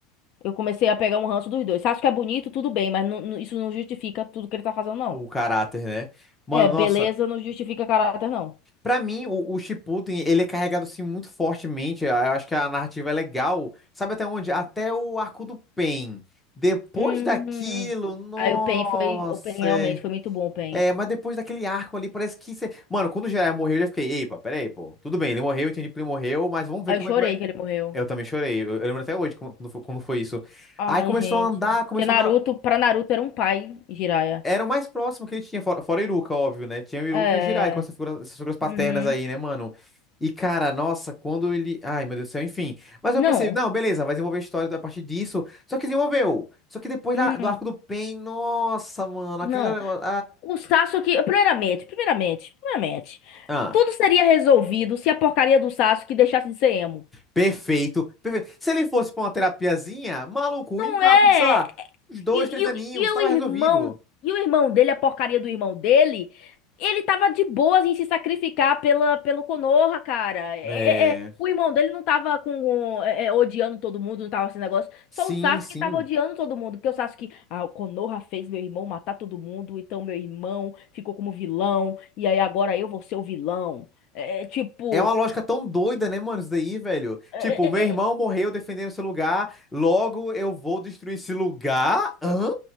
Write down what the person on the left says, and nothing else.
Eu comecei a pegar um ranço dos dois. Sasuke é bonito, tudo bem, mas não- não- isso não justifica tudo que ele tá fazendo, não.
É, beleza
não justifica caráter, não.
Hum.
Aí o pen foi, o pen realmente
foi muito bom, o Pain.
Aí
eu chorei
que ele morreu.
Ai,
gente.
Porque Naruto,
pra Naruto era um pai, Jiraiya.
É.
Uhum.
Não.
Não.
Não.
O Sasuke, primeiramente, primeiramente, primeiramente,
tudo seria resolvido se a porcaria do Sasuke deixasse de ser emo.
Não
é.
é,
E,
e,
o e
o irmão,
e o irmão dele, a porcaria do irmão dele, ele tava de boas em se sacrificar pela, pelo Konoha, cara. É-
é- é, o irmão dele não tava com, com- é, é, odiando todo mundo, não tava esse negócio.
Só o Sasuke
tava odiando todo mundo, porque o Sasuke, ah, o Konoha fez meu irmão matar todo mundo, então meu irmão ficou como vilão, e aí agora eu vou ser o vilão. É, é, tipo,
é,
é,
é,